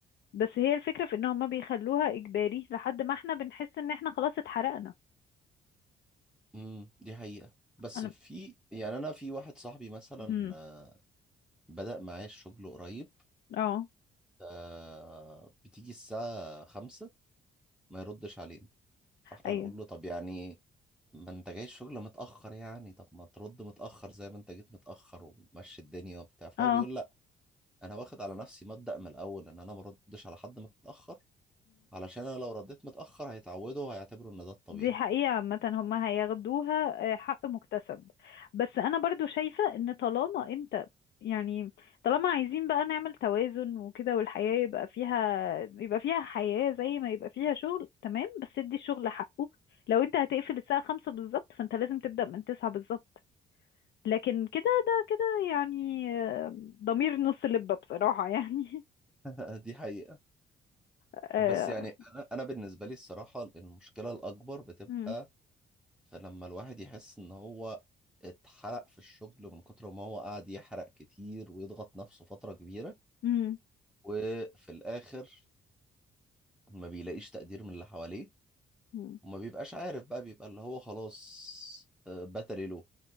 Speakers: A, on the left (about 60°); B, in the centre.
A: بس هي الفكرة في ان هما بيخلوها اجباري لحد ما احنا بنحس ان احنا خلاص اتحرقنا
B: امم دي حقيقة بس
A: انا
B: في يعني أنا في واحد صاحبي مثلا
A: امم
B: آه، بدأ معايا الشغل قريب
A: اه
B: آه، بتيجي الساعة خمسة ما يردش علينا فاحنا
A: ايوه
B: نقول له طب يعني ما انت جاي الشغل متأخر يعني طب ما ترد متأخر زي ما انت جيت متأخر ومشي الدنيا وبتاع فهو
A: اه
B: بيقول لا انا واخد على نفسي مبدأ من الاول ان انا ما ردش على حد متأخر علشان انا لو رديت متأخر هيتعودوا وهيعتبروا ان ده الطبيعي
A: دي حقيقة عامة هم هياخدوها آه، حق مكتسب بس أنا برضو شايفة إن طالما أنت يعني طالما عايزين بقى نعمل توازن وكده والحياة يبقى فيها يبقى فيها حياة زي ما يبقى فيها شغل تمام بس ادي الشغل حقه لو أنت هتقفل الساعة خمسة بالظبط فأنت لازم تبدأ من تسعة بالظبط لكن كده ده كده يعني آه، ضمير نص لبة بصراحة يعني
B: <laughs> دي حقيقة
A: <laughs> آه،
B: بس يعني انا انا بالنسبة لي الصراحة المشكلة الاكبر بتبقى
A: مم،
B: فلما الواحد يحس ان هو اتحرق في الشغل من كتر ما هو قاعد يحرق كتير ويضغط نفسه فترة كبيرة
A: مم،
B: وفي الآخر ما بيلاقيش تقدير من اللي حواليه
A: مم.
B: وما بيبقاش عارف بقى بيبقى اللي هو خلاص آه، بتري له